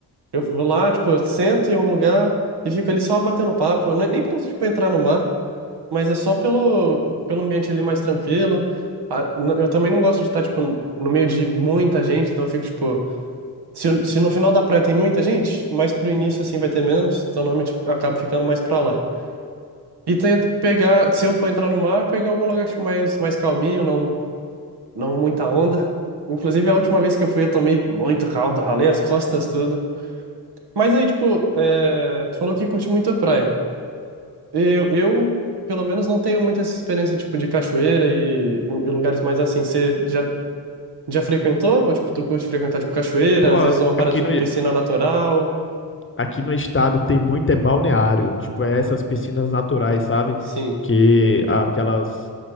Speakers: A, on the right; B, on the left.
A: Eu vou lá, tipo, eu sento em algum lugar e fico ali só batendo papo. Eu nem nem preciso, tipo, entrar no mar, mas é só pelo, pelo ambiente ali mais tranquilo. Ah, n- Eu também não gosto de estar, tipo, no meio de muita gente, então eu fico, tipo. Se, se no final da praia tem muita gente, mais pro início, assim, vai ter menos. Então, normalmente, eu acabo ficando mais pra lá. E tento pegar, se eu for entrar no mar, pegar algum lugar tipo, mais, mais calminho, não, não muita onda. Inclusive, a última vez que eu fui, eu tomei muito caldo, ralei as costas tudo. Mas aí, tipo, é, tu falou que curte muito a praia. Eu, eu, pelo menos, não tenho muita essa experiência, tipo, de cachoeira e, e lugares mais assim. Você já, já frequentou? Ou, tipo, tu curte frequentar, tipo, cachoeira,
B: Pô,
A: às vezes uma parada
B: aqui
A: de
B: no,
A: piscina natural?
B: aqui no estado tem muito é balneário, tipo, é essas piscinas naturais, sabe?
A: Sim.
B: Que aquelas